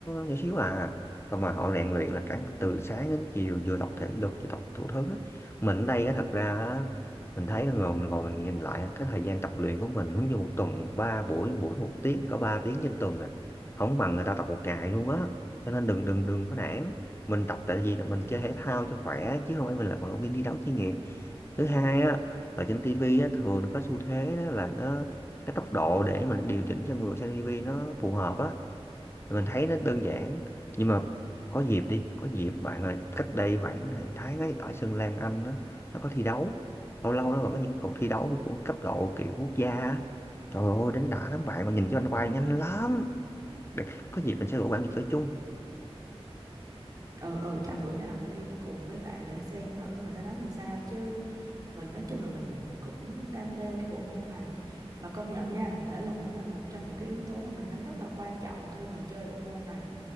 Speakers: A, on the left; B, on the right.
A: nhỏ xíu à. Và mà họ rèn luyện là cả từ sáng đến chiều vừa tập thể lực vừa tập thủ thứ á. Mình ở đây á thật ra á, mình thấy là ngồi mình ngồi mình nhìn lại á, cái thời gian tập luyện của mình giống như một tuần ba buổi buổi một tiếng thì có ba tiếng trên tuần à. Không bằng người ta tập một ngày luôn á. Cho nên đừng đừng đừng có nản. Mình tập tại vì là
B: ừ.
A: mình chơi thể thao cho khỏe chứ không phải mình là vận động viên đi đấu chuyên nghiệp thứ hai á ở trên tivi á thường nó có xu thế đó là nó cái tốc độ để mà nó điều chỉnh cho người xem tivi nó phù hợp á thì mình thấy nó đơn giản nhưng mà có dịp đi có dịp bạn ơi cách đây khoảng à, tháng ấy ở sân Lan Anh á nó có thi đấu lâu lâu nó còn có những cuộc thi đấu của cấp độ kiểu quốc gia á trời ơi đánh đã lắm bạn mà nhìn cho anh bay nhanh lắm Để-
B: Ừ.
A: có dịp mình sẽ rủ bạn đi chơi chung
B: ờ ừ chắc bữa nào phải đi cùng với bạn để xem thử người ta đánh làm sao chứ mình nói chung là mình cũng đam mê cái bộ môn này mà công nhận nha thể lực cũng là một trong những cái yếu tố mà mình thấy rất là quan trọng khi mà chơi bộ môn này